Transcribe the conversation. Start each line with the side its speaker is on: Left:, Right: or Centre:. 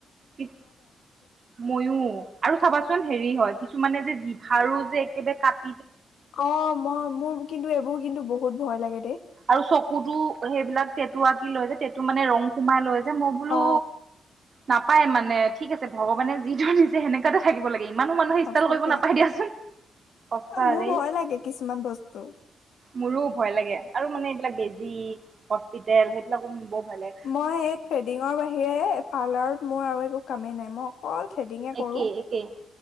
Right: কিহ, ময়ো আৰু চাবাচোন হেৰি হয় কিছুমানে যে জিভাৰো যে একেবাৰে কাট
Left: অ' মই-মোৰ কিন্তু এইবোৰ কিন্তু বহুত ভয় লাগে। দেই
Right: আৰু চকুতো সেইবিলাক টেটু আঁকি লৈ যে, টেটু মানে ৰং সোমাই লৈ যে মই বোলো
Left: অ
Right: নাপায় মানে, ঠিক আছে ভগৱানে যি দৰে দিছে সেনেকুৱাতে থাকিব লাগিব ই ইমানো মানুহে
Left: সঁচাকে।
Right: ইষ্টাল কৰিব নাপাই দিয়াচোন। সঁচা
Left: মোৰ
Right: ৰে,
Left: ভয় লাগে কিছুমান বস্তু।
Right: মোৰো ভয় লাগে। মানে এইবিলাক বেজি, হস্পিতেল হেবিলাক মো বৰ ভয় লাগে
Left: মই এই থ্ৰেডিঙৰ বাহিৰে এ পাৰ্লাৰত মোৰ আৰু একো কামেই নাই মই কল থ্ৰেডিঙে
Right: একেই
Left: কৰো
Right: একেই